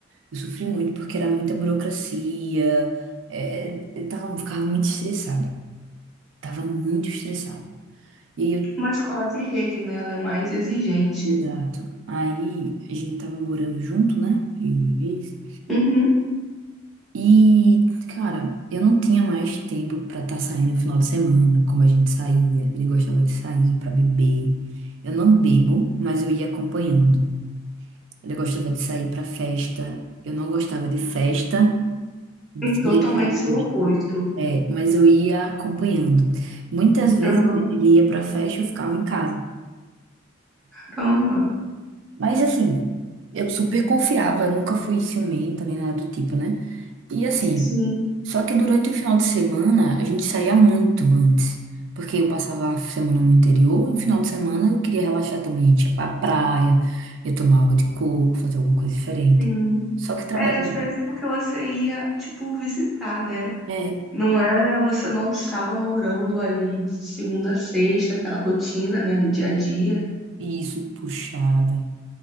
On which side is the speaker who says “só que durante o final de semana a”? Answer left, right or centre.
Right